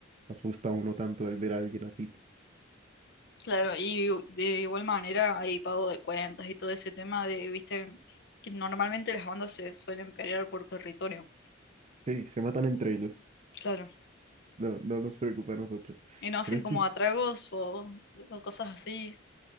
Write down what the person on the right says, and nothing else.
asusta uno tanto al ver a alguien así.
Sí, se matan entre ellos.
No, no nos preocupa a nosotros.
Pero es
chiste.